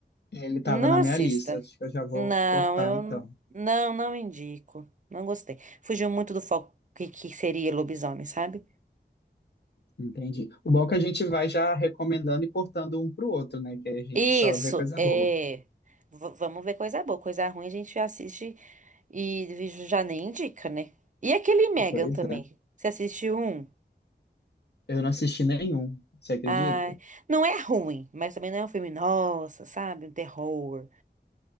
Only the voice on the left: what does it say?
ele tava
na
minha lista, acho que eu já vou
cortar,
então.
Entendi. O bom é que a gente vai já recomendando e cortando um pro outro, né? Que aí a gente
só vê coisa
boa.
Pois
Eu não assisti nenhum, você acredita?